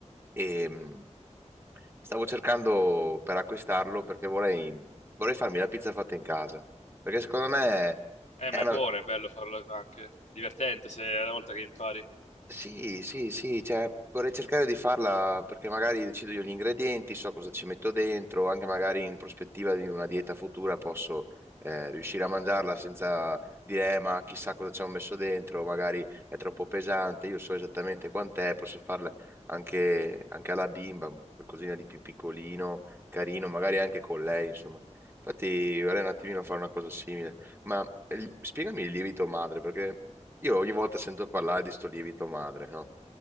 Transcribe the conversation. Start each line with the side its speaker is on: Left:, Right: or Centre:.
Right: E, mm, stavo cercando per acquistarlo perché vorrei, vorrei farmi la pizza fatta in casa, perché secondo me
Left: Eh,
Right: è
Left: ma
Right: una,
Left: è buono, è bello farlo anche. Divertente se è la volta che impari.
Right: Sì, sì, sì, cioè, vorrei cercare di farla perché magari decido io gli ingredienti, so cosa ci metto dentro, anche magari in prospettiva di una dieta futura posso eh, riuscire a mangiarla senza dire, "Eh, ma chissà cosa ci ho messo dentro, magari è troppo pesante, io so esattamente quant'è, posso farla anche, anche alla bimba, qualcosina di più piccolino, carino, magari anche con lei, insomma. Infatti vorrei un attimino fare una cosa simile, ma eh, spiegami il lievito madre perché... Io ogni volta sento parlare di sto lievito madre, no?